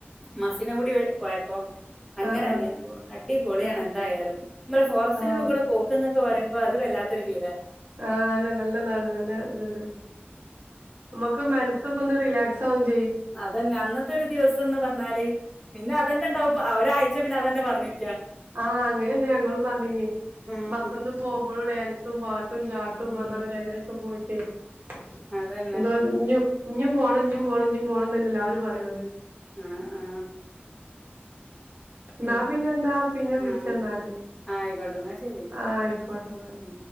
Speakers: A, in the centre; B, on the right.
A: മസിന കൂടി വഴി പോയപ്പോ അങ്ങനെ
B: ആഹ്
A: കണ്ടു
B: ആഹ്
A: ഞാൻ പോവാ അടിപൊളിയാണ്
B: ആഹ്
A: എന്തായാലും നമ്മള് ഫോറസ്റ്റിനുള്ളികൂടെ
B: ആഹ്
A: പോക്കും ന ക്ക് പറയുമ്പൊ അത് വല്ലാത്തൊരുഫീലന്ന
B: ആഹ അണ് നല്ലതാണ് നല്ല ഇതുണ്ട് നമുക്ക് മനസ്സൊക്കെ ഒന്ന് റിലാ സാവുകേം
A: അതന്നെ അന്നത്തെ ഒരു ദിവസംന്ന് പറഞ്ഞാല് പിന്നെ അതന്നെ ഉണ്ടാവും അ ഒരഴി ച്ച പിന്നെ അതന്നെ പറയും
B: ആഹ അങ്ങനന്നെയാ ഞങ്ങളും പറഞ്ഞിനി
A: ആഹ്
B: ബസ്സന്ന് പോകുമ്പോഴും ഡാൻസും പാട്ടും ചാട്ടവും ന്ന് പറഞ്ഞാ
A: ഉം
B: അവര് അങ്ങനെയൊക്കെ പോയി ട്ടെ <unintelligible>
A: അതന്നെ
B: ഇഞ്ഞും പോണം ഇഞ്ഞും പോണം ഇഞ്ഞും പോണം തന്നെയല്ലേ എല്ലാരും പറയ്ണത്
A: ആ ആ
B: ന്നാ
A: ഉം
B: പിന്നെ എന്താ വിൾച്ചന്നാല്
A: ആ ആയിക്കോട്ടെ എന്നാ ശരി
B: ആ ആയിക്കോട്ടെ ന്നാ
A: ഉം